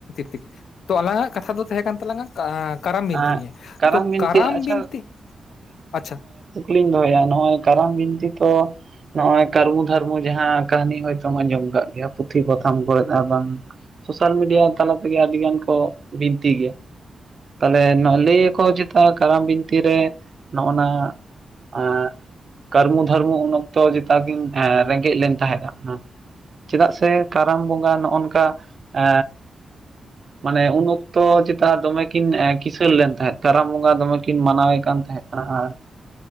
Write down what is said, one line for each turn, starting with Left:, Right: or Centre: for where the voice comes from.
Left: <unintelligible> ᱛᱚ ᱟᱞᱟᱝᱟᱜ ᱠᱟᱛᱷᱟ ᱫᱚ ᱛᱟᱦᱮᱸ ᱠᱟᱱ ᱛᱟᱞᱟᱝᱟ, ᱟᱻ ᱠᱟᱨᱟᱢ ᱵᱤᱱᱛᱤ
Right: ᱟᱸ
Left: ᱱᱤᱭᱟᱹ ᱛᱚ
Right: ᱵᱤᱱᱛᱤ
Left: ᱠᱟᱨᱟᱢ
Right: ᱟᱪᱪᱷᱟ
Left: ᱵᱤᱱᱛᱤ, ᱟᱪᱪᱷᱟ
Right: ᱞᱤᱧ ᱫᱚᱦᱚᱭᱟ ᱱᱚᱜᱼᱚᱭ ᱠᱚᱨᱟᱢ ᱵᱤᱱᱛᱤ ᱛᱚ ᱱᱚᱜ-ᱚᱭ ᱠᱟᱹᱨᱢᱩ ᱫᱷᱟᱨᱢᱩ ᱡᱟᱦᱟᱸ ᱠᱟᱹᱦᱱᱤ ᱦᱚᱭᱛᱳ ᱟᱸᱡᱚᱢ ᱟᱠᱟᱫ ᱜᱮᱭᱟ ᱯᱩᱛᱷᱤ ᱯᱟᱛᱷᱟᱢ ᱠᱚᱨᱮ ᱫᱚ, ᱟᱨ ᱵᱟᱝ ᱥᱳᱥᱟᱞ ᱢᱤᱰᱤᱭᱟ ᱛᱟᱞᱟ ᱛᱮᱜᱮ ᱟᱹᱰᱤ ᱜᱟᱱ ᱠᱚ ᱵᱤᱱᱛᱤ ᱜᱮᱭᱟ᱾ ᱛᱟᱦᱞᱮ ᱞᱟᱹᱭ ᱟᱠᱚ ᱪᱮᱛᱟ ᱠᱟᱨᱟᱢ ᱵᱤᱱᱛᱥ ᱨᱮ ᱱᱚᱜ ᱱᱚᱣᱟ, ᱟᱻ ᱠᱟᱨᱢᱩ ᱫᱷᱟᱨᱢᱚ ᱩᱱ ᱚᱠᱛᱚ ᱪᱮᱛᱟ ᱠᱤᱱ ᱨᱮᱸᱜᱮᱡ ᱞᱮᱱ ᱛᱟᱦᱮᱸᱫ-ᱟ᱾ ᱪᱮᱫᱟᱜ ᱥᱮ ᱠᱟᱨᱟᱢ ᱵᱚᱸᱜᱟ ᱱᱚᱜᱼᱚ ᱱᱚᱝᱠᱟ᱾ ᱟᱻ ᱢᱟᱱᱮ ᱩᱱ ᱚᱠᱛᱚ ᱪᱮᱛᱟ ᱫᱚᱢᱮ ᱠᱤᱱ ᱠᱤᱥᱟᱹᱬ ᱞᱮᱱ ᱛᱟᱦᱮᱸᱫᱽ ᱠᱟᱨᱟᱢ ᱵᱚᱸᱜᱟ ᱫᱚᱢᱮ ᱠᱤᱱ ᱢᱟᱱᱟᱣᱮ ᱠᱟᱱ ᱛᱟᱦᱮᱸᱫᱽ ᱠᱟᱱᱟ ᱟᱨ,